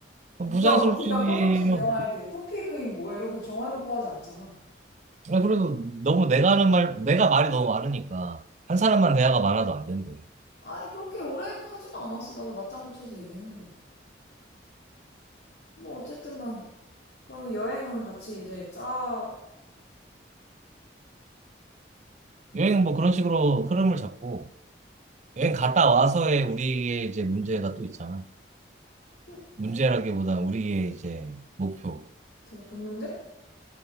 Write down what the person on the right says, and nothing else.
부자연스럽지
면
아, 그래도 너무 내가 하는 말 내가 말이 너무 많으니까 한 사람만 대화가 많아도 안 된대.
여행은 뭐 그런 식으로 흐름을 잡고 여행 갔다 와서의 우리의 이제 문제가 또 있잖아.
문제라기보다는 우리의 이제 목표.